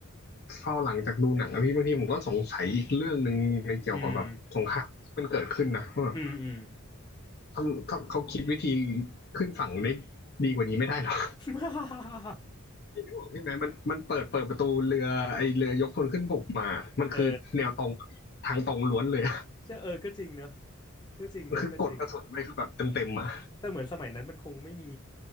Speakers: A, on the left (about 50°); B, on the left (about 20°).
A: เฝ้าหลังจากดูหนังอะพี่บางทีผมก็สงสัยอีกเรื่องหนึ่งในเกี่ยวกับแบบสงครามที่มันเกิดขึ้นนะว่าแบบ
B: อืม อืมอืม
A: ทำทำเขาคิดวิธีขึ้นฝั่งได้ดีกว่านี้ไม่ได้หรอ
B: <laughs>
A: พี่นึกออกใช่ไหมมันมันเปิดเปิดประตูเรือไอเรือยกพลขึ้นบกมามันคือแนวตรง
B: เออ
A: ทางตรงล้วนเลย
B: ใช่เออก็จริงเนอะก็จริงเนอะก็จริง
A: <laughs> มันคือกดกระสุนไปคือแบบเต็มเต็มอ่ะ
B: แต่เหมือนสมัยนั้นมันคงไม่มี